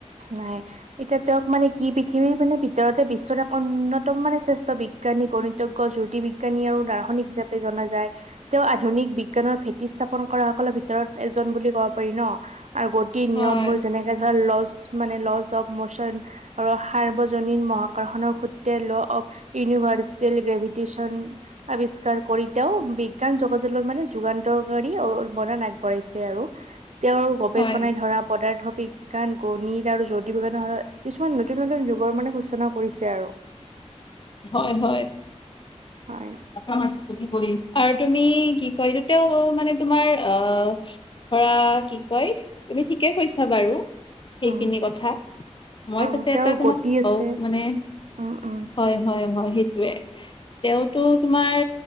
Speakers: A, on the right; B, on the left.
A: নাই এতিয়া তেওঁক মানে কি পৃথিৱীৰ মানে ভিতৰতে বিশ্বৰ এক অন্যতম মানে শ্ৰেষ্ঠ বিজ্ঞান গণিতজ্ঞ জ্যোতি বিজ্ঞানী আৰু দাৰ্শনিক হিচাপে জনা যায় তেওঁ আধুনিক বি বিজ্ঞানৰ ভেটি স্থাপন কৰা সকলৰ ভিতৰত এজন বুলি ক'ব পাৰি ন'। আৰু গতিৰ
B: হয়
A: নিয়ম বোৰ যেনেকে ধৰা ল মানে লছ অফ মচন ৰসৰ্বজনিক মকৰ্ষণৰ সুত্তে ল অফ ইউনিভাৰ্চেল গ্ৰেভিট্যন আৱিষ্কাৰ কৰিতাও বিজ্ঞান যোগজৰ মানে যুগান্তৰকাৰ অৱদান আগবঢ়াইছে আৰু তেওঁৰ গৱেষণাই
B: হয়,
A: ধৰা পদাৰ্থ বিজ্ঞান গণিত আৰু জ্যোতি বিজ্ঞানৰত কিছুমান নতুন নতুন যুগৰ মানে সূচনা কৰিছে আৰু। <inaudible>
B: হয়, হয়।
A: হয়
B: <unintelligible> আৰু তুমি কি ক তেওঁ মানে তোমাৰ অ' ধৰা কি কয়, তুমি ঠিকেই কৈছা বাৰু। সেইখিনি
A: উম
B: কথা, মই
A: আৰু
B: তাতে
A: তেওঁৰ
B: এটা তোমাক
A: গতি আছে
B: অ' মানে
A: উম উম
B: হয় হয় হয়। সেইটোৱে, তেওঁতো তোমাৰ